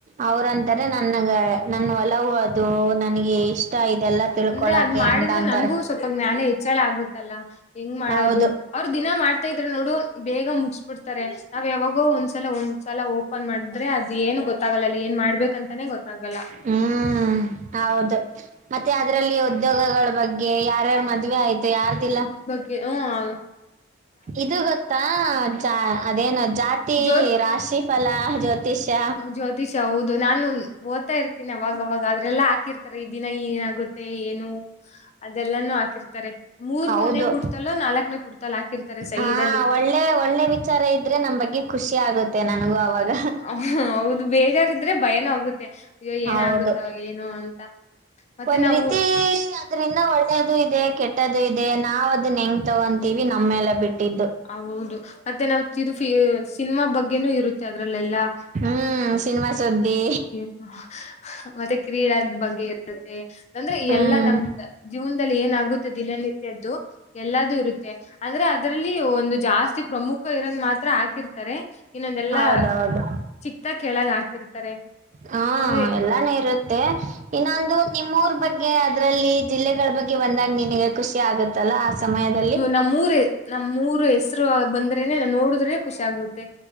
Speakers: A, on the right; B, on the left.
A: ಅವರಂತಾರೆ ನನ್ಗ ನನ್ ಹೊಲವು ಅದು ನನಗೆ
B: ಹೌದು.
A: ಇಷ್ಟ ಇದೆಲ್ಲ ತಿಳ್ಕೊಳಕೆ
B: ಅಂದ್ರೆ ಅದ್ ಮಾಡಿದ್ರೆ
A: ಅಂತ ಅಂತಾರೆ
B: ನಮಗೂ ಸ್ವಲ್ಪ ಜ್ಞಾನ ಹೆಚ್ಚಳ ಆಗುತ್ತಲ್ಲ ಹೆಂಗ್ ಮಾಡೋದು
A: ಹೌದು
B: ಅವ್ರರು ದಿನ ಮಾಡ್ತಾ ಇದ್ರ ನೋಡು ಬೇಗ ಮುಗಸ್ ಬಿಿಡ್ತಾರೆ ನಾವ್ ಯಾವಾಗೋ ಒಂದ್ಸಲ ಒಂದ್ಸಲ ಹ ಓಪನ್ ಮಾಡಿದ್ರೆ ಅದ ಏನು ಗೊತ್ತಾಗಲ್ಲ ಅಲ್ಲಿ ಏನ್ ಮಾಡ್ಬೇಕಂತಾನೇ ಗೊತ್ತಾಗಲ್ಲ
A: ಹ್ಮ್ ಹೌದು ಮತ್ತೆ ಅದ್ರಲ್ಲಿ ಉದ್ಯೋಗಗಳ ಬಗ್ಗೆ ಯಾರ್ಯಾರ ಮದ್ವೆ ಆಯ್ತು ಯಾರ್ದಿಲ್ಲ
B: ಹ್ಮ
A: ಇದು ಗೊತ್ತಾ ಜಾ ಅದೇನು ಜಾತಿ
B: ಜ್ಯೋತ್
A: ರಾಶಿ ಫಲ ಜ್ಯೋತಿಷ್ಯ
B: ಜ್ಯೋತಿಷ ಹೌದು ನಾನು ಓದ್ತಾ ಇರ್ತೀನಿ ಅವವಾಗವಾಗ ಅದ್ರೆಲ್ಲ ಹಾಕಿರ್ತಾರೆ ಈ ದಿನ ಏನಾಗುತ್ತೆ ಏನು ಅದೆಲ್ಲಾನೂ ಹಾಕಿರ್ತಾರೆ ಮೂರ್ನೆ
A: ಹೌದು
B: ಪುಡ್ತಲ್ಲೋ ನಾಲ್ಕನೇ ಪುಡ್ತಲ್ಲ ಹಾಕಿರ್ತಾರೆ ಸೈ
A: ಹಾ
B: ಇಡಲ್ಲಿ
A: ಒಳ್ಳೆ ಒಳ್ಳೆ ವಿಚಾರ ಇದ್ರೆ ನಮ್ ಬಗ್ಗೆ ಖುಷಿ ಆಗುತ್ತೆ ನನಗೂ ಅವಾಗ
B: ಹ ಹೌದು ಬೇಜಾರಿದ್ರೆ ಭಯನ ಹೋಗುತ್ತೆ ಅಯ್ಯೋ ಏನಾಗುತ್ತಾವ
A: ಹೌದು
B: ಏನು ಅಂತ ಮತ್ತೆ
A: ಒಂದ್
B: ನಾವು
A: ರೀತಿ ಅದ್ರಂದ ಒಳ್ಳೇದು ಇದೆ ಕೆಟ್ಟ.. ಟ್ಟದು ಇದೆ ನಾವ್ ಅದ ನೆಂಗ್ ತಗೋಂತೀವಿ ನಮ್ಮೇಲೆ ಬಿಟ್ಟಿದ್ದು
B: ಹೌದು ಮತ್ತೆ ನಾವ್ ಇದು ಫ ಸಿನಿಮಾ ಬಗ್ಗೆನೂ ಇರುತ್ತೆ ಅದ್ರಲ್ಲೆಲ್ಲಾ
A: ಹ್ಮ್ ಸಿನಮ ಸೌದಿ
B: ಹ ಮತ್ತೆ ಕ್ರೀಡಾದ ಬಗ್ಗೆ ಅಂದ್ರೆ
A: ಹ್ಮ್
B: ಎಲ್ಲಾ ನಮ್ ಜೀವನದಲ್ಲಿ ಏನಾಗುತ್ತೆ ದಿನನಿತ್ಯದ್ದು ಎಲ್ಲಾದೂ ಇರುತ್ತೆ ಅ್ರ ಅದ್ರಲ್ಲಿ ಒಂದು ಜಾಸ್ತಿ ಪ್ರಮುಖ ಇರೋನ್ ಮಾತ್ರ ಹಾಕಿರ್ತಾರೆ ಇನ್ನೊಂದಲ್ಲಾ
A: ಹೌದೌದು
B: ಚಿಕ್ತಾಗ ಕೆೇಳಾಗ ಹಾಕಿರ್ತಾರೆ
A: ಹಾ
B: ಅಂದ್ರೆ
A: ಎಲ್ಲಾನ ಇರುತ್ತೆ ಇನ್ನೊಂದು ನಿಮ್ಮೂರ್ ಬಗ್ಗೆ ಅದರಲ್ಲಿ ಜಿಲ್ಲೆಗಳ ಬಗ್ಗೆ ಬಂದಾಗ ನಿಿನಗೆ ಖುಷಿ ಆಗುತ್ತೆ ತಲ ಆ ಸಮಯದಲ್ಲಿ
B: ನಮ್ಮೂರು ನಮ್ಮೂರುಹೆಸರು ಬಂದ್ರೆನೆ ನಾ ನೋಡುದ್ರೇನೆ ಖುಷಿ ಆಗುತ್ತೆ